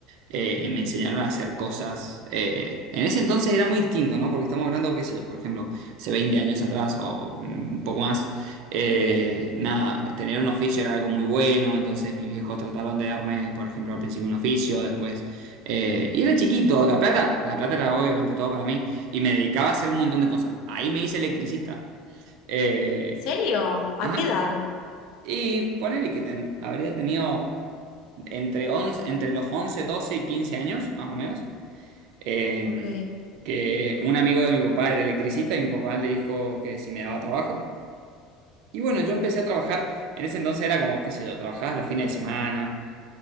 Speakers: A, on the right; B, on the left.
A: eh, y me enseñaron a hacer cosas. eh, En ese entonces era muy distinto, ¿no? Porque estamos hablando, qué sé yo, por ejemplo, hace 20 años atrás o mm, un poco más. eh, nada, tener un oficio era algo muy bueno, entonces mis viejos trataron de darme, por ejemplo, al principio un oficio, después... eh, y era chiquito, la plata, la plata era obviamente todo para mí. Y me dedicaba a hacer un montón de cosas. Ahí me hice electricista. Eh,
B: ¿en serio? ¿A
A: ajá.
B: qué edad?
A: Y ponele que ten- habría tenido entre, once entre los 11 12 y 15 años, más o menos. eh,
B: Ok.
A: que un amigo de mi papá era electricista y mi papá le dijo que si me daba trabajo. Y bueno, yo empecé a trabajar. En ese entonces era como, qué sé yo, trabajabas los fines de semana